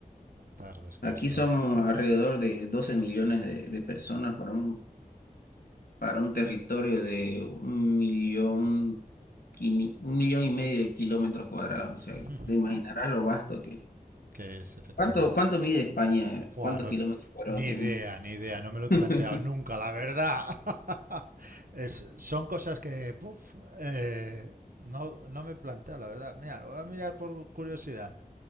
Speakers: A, on the right; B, on the left.
A: claro,
B: <laughs>
A: es que
B: Aquí
A: eso.
B: somos alrededor de 12 millones de, de personas para un para un territorio de un millón, quini- un millón y medio de kilómetros cuadrados. O sea,
A: <laughs>
B: te imaginarás lo vasto que.
A: que es efectivamente.
B: ¿Cuánto, cuánto mide España?
A: Fua,
B: ¿Cuántos
A: no,
B: kilómetros cuadrados
A: ni
B: tiene?
A: idea, ni idea, no me lo he
B: <laughs>
A: planteado nunca, la verdad. <laughs> Es- son cosas que puf, eh, no, no me he planteado, la verdad. Mira, lo voy a mirar por curiosidad,